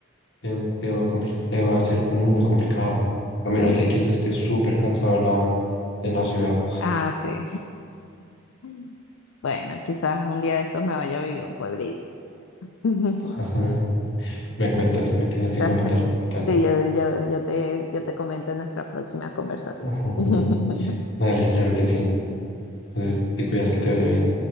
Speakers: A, on the left; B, on the left.
A: te, te va a compli- te va a ser como muy complicado. A
B: Sí,
A: menos de que ya estés súper cansado de la, de la ciudad.
B: ah, sí. <laughs> Bueno, quizás un día de estos me vaya a vivir a un pueblito. <laughs>
A: <laughs> Me cuentas, me tienes que
B: <laughs>
A: comentar y tal.
B: Sí, yo, yo, yo te, yo te comento en nuestra próxima conversación.
A: <laughs>
B: <laughs>
A: Dale, claro que sí. Entonces, te cuidas que te vaya bien.